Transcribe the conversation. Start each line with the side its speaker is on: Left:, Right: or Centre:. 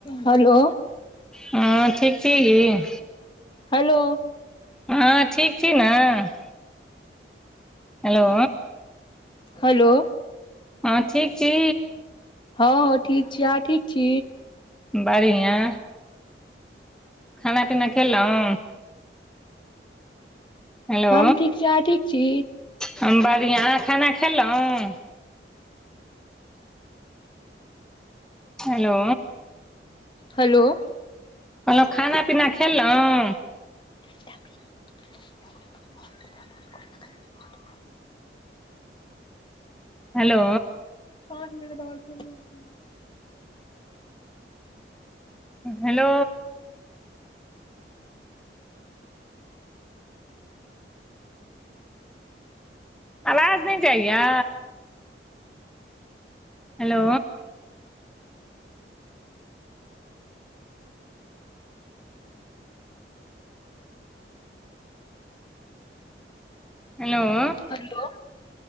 Left: Hello
Centre: हँ ठीक छीही
Left: हेलो
Centre: आहँ ठीक छी न? हेलो
Left: हेलो
Centre: हँ ठीक छी?
Left: हँ हँ ठीक छी। अहाँ ठीक छी?
Centre: बढ़ियाँ खाना-पीना खेलौं हेलो
Left: हम ठीक छी। अहाँ ठीक छी?
Centre: हम बढ़िआँ। खाना खेलौं हेलो
Left: हेलो
Centre: कहलौं खाना-पीना खेलौं
Left: छी <unintelligible> ब धन्यवाद <unintelligible>
Centre: हेलो
Left: पाँच मिनट आ <unintelligible>
Centre: हेलो आवाज नै जाइया हेलो हेलो
Left: हलो,